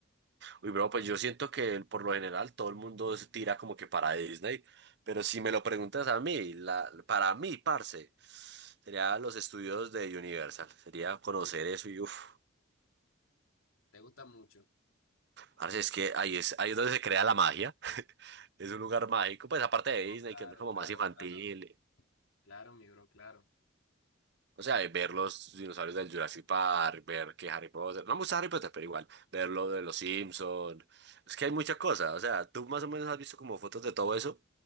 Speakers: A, on the right (about 55°); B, on the left (about 80°).
A: Uy, bro, pues yo siento que por lo general todo el mundo se tira como que para Disney, pero si me lo preguntas a mí, la, para mí, parce, sería los estudios de Universal, sería conocer
B: Sí,
A: eso y uff.
B: ¿Te gusta mucho?
A: Parce, es que ahí es, ahí es donde se crea la magia. <laughs> Es un lugar mágico, pues aparte de
B: Oh,
A: Disney,
B: claro,
A: que es como
B: claro,
A: más infantil.
B: claro, claro, mi bro, claro.
A: O sea, de ver los dinosaurios del Jurassic Park, ver que Harry Potter, no me gusta Harry Potter, pero igual, ver lo de los Simpsons. Es que hay muchas cosas, o sea, tú más o menos has visto como fotos de todo eso.